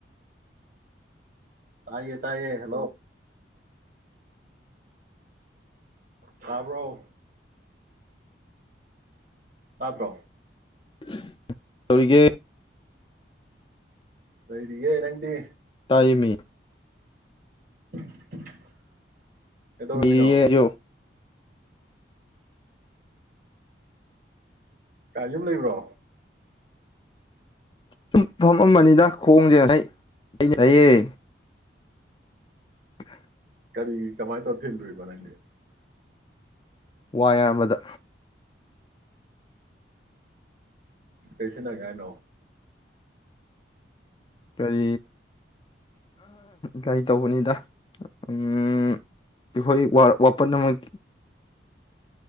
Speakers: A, on the right; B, on the left.
A: ꯇꯥꯏꯌꯦ ꯇꯥꯏꯌꯦ ꯍꯜꯂꯣ ꯇꯥꯕ꯭ꯔꯣ ꯎ ꯑꯥ ꯄ꯭ꯔꯣ
B: <unintelligible> ꯇꯒꯤ
A: ꯅꯣꯏꯗꯤꯌꯦꯦ ꯅꯪꯗꯤ
B: ꯇꯥꯏꯃꯤ
A: <unintelligible> ꯑꯦꯗꯣ ꯔ
B: ꯂꯤꯔꯤꯌꯦ
A: ꯃꯤꯅꯣ
B: ꯑꯩꯁꯨ
A: ꯀꯥꯏ ꯌꯨꯝ ꯂꯩꯕ꯭ꯔꯣ
B: ꯆꯨꯝꯐꯝ ꯑꯃꯅꯤꯗ ꯈꯣꯡꯁꯦ ꯉ ꯂꯩꯩꯅ ꯍꯥꯏꯌꯦꯦ ꯀ
A: ꯀꯔꯤ ꯀꯃꯥꯏꯅ ꯇꯧꯔ ꯊꯤꯜꯨꯕ ꯅꯪꯦ
B: ꯋꯥꯏ ꯑꯃꯗ
A: ꯀꯩꯁꯅ ꯀꯅꯣ
B: ꯀꯔꯤ ꯒꯥꯔꯤ ꯇꯧꯕꯅꯤꯗ ꯑꯩꯈꯣꯏ ꯋꯥꯄꯠꯅꯃꯛ